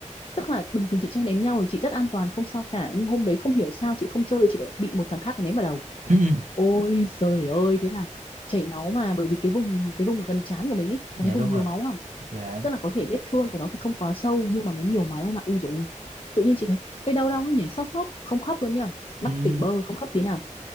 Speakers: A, on the left (about 45°); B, on the right (about 75°).
A: tức là bình thường chị chơi ném nhau thì chị rất an toàn không sao cả nhưng hôm đấy không hiểu sao chị không chơi chị lại bị một thằng khác ném vào đầu
B: ừ,
A: ôi trời ơi thế là chảy máu mà bởi vì cái vùng cái vùng gần trán của mình ấy
B: dạ
A: là cái vùng
B: đúng
A: nhiều
B: rồi
A: máu à
B: dạ
A: tức là có thể vết thương của nó thì không quá sâu nhưng mà nó nhiều máu em ạ u rồi tự nhiên chị thấy cái đau đau ấy nhảy xót xót không khóc luôn nha
B: ừ,
A: mắt tỉnh bơ không khóc tí nào